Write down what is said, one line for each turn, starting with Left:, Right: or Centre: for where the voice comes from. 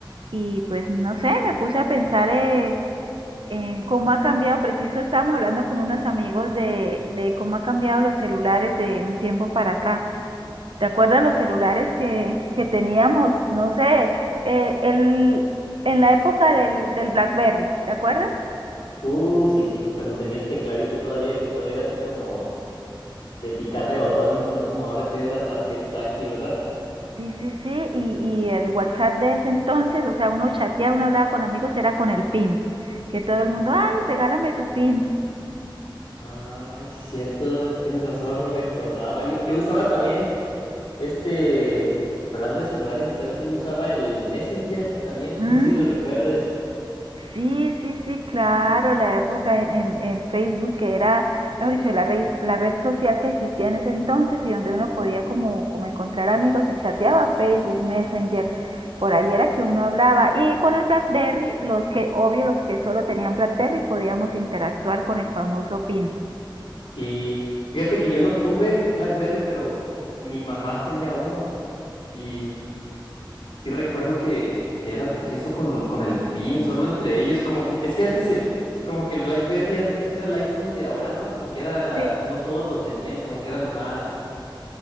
Right: y pues no sé, me puse a pensar eh, en cómo ha cambiado, preciso estábamos hablando con unos amigos de, de cómo ha cambiado los celulares de un tiempo para acá. ¿Te acuerdas los celulares que, que teníamos? No sé, eh, el, en la época del, del BlackBerry, ¿te acuerdas?
Left: Uh, sí, cuando tenía el tecladito todavía que todo era así como de picarle botones, no como ahora que era ta- que es táctil, ¿verdad?
Right: Sí, sí, sí, y, y el WhatsApp de ese entonces, o sea, uno chateaba, uno hablaba con amigos, era con el PIN, que todo el mundo, ay, regálame tu PIN.
Left: Ay, sí, cierto. Tienes razón, no me acordaba. Yo, yo usaba también este, hablando de celulares y todo eso, yo usaba el Messenger también.
Right: Mm,
Left: No sé si lo recuerdes.
Right: sí, sí, sí, claro, la época en, en, en Facebook, que era, mejor dicho, la red, la red social que existía en ese entonces y donde uno podía como, como encontrar amigos y chateaba Facebook, Messenger, por ahí era que uno hablaba. Y con el BlackBerry, los que, obvio, los que solo tenían BlackBerry, podíamos interactuar con el famoso PIN.
Left: Sí. Fíjate que yo no tuve BlackBerry, pero mi mamá tenía uno. y Sí recuerdo que, que era t- que eso con, con el PIN, solo entre ellos, como que, es que antes el, como que el BlackBerry antes era el iPhone de ahora, ¿no? Como que era,
Right: Sí.
Left: no todos lo tenían, como que era lo más,